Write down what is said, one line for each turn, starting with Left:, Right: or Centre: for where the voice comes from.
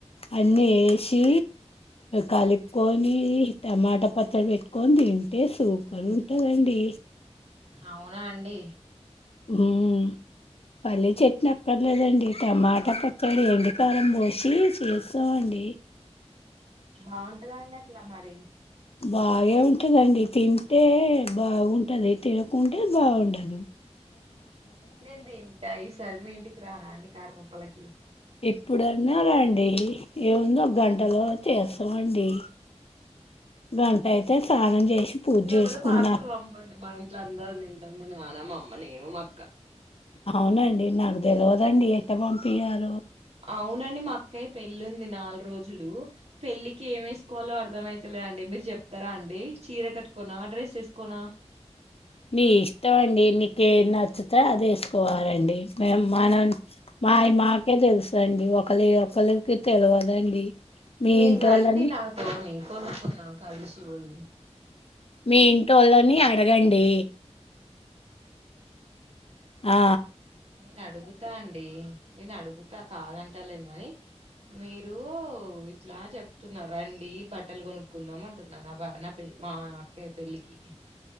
Left: అన్నీ వేసి కలుపుకొని టమాటా పచ్చడి పెట్టుకొని తింటే సూపర్ ఉంటాదండి
Right: అవునా అండి
Left: హ్మ్మ్ పల్లె చెట్ని అక్కర్లేదండి టమాటా పచ్చడి ఎండికారం పోసి చేస్తామండి
Right: బాగుంటదండి అట్లా మరి
Left: బాగే ఉంటదండి తింటే బాగుంటది తినకుంటే బాగుండదు
Right: నేన్ తింట ఈ సారి మీ ఇంటికి రా ర అండి కార్ పప్పలకి
Left: ఇప్పుడన్నా రండి. ఏముంది ఒక గంటలో చేస్తామండి. గంట అయితే స్నానం చేసి పూజ
Right: లేకపోతే
Left: చేసుకున్నా.
Right: పార్సల్ పంపండి. మా ఇంట్లో అందరూ తింటాం. మా నాన్నమా అమ్మ మనీ నేను క్క
Left: అవునండి నాక్ తెలవదండి ఎట్ల పంపియ్యాలో
Right: అవునండి మా అక్కయ్య పెళ్ళి ఉంది. నాలుగు రోజులు పెళ్ళికి ఏం వేసుకోవాలో, అర్థమైతలేదండి. మీరు చెప్తారా అండి. చీర కట్టుకోనా, డ్రెస్ వేసుకోనా
Left: నీ ఇష్టం అండి నీకేది నచ్చితే అదే వేసుకోవాలండి. మే మనం మాయ మాకే తెలుసండి. ఒకళవి ఒకరికి తెలవదండి. మీ
Right: మీరు
Left: ఇంటోళ్ళని
Right: రండి నా తోని కొనుక్కున్నాం కలసి పోయి
Left: మీ ఇంటోళ్ళని అడగండి ఆ
Right: నేను అడుగుతా అండి నేను అడుగుతా కాదంటలేని కాని, మీరూ ఇట్లా చెప్తున్నారు. రండి బట్టలు కొనుక్కుందాం. అంటున్నారు. నా బ నా పెల్ మా అక్కేయ్య పెళ్ళికి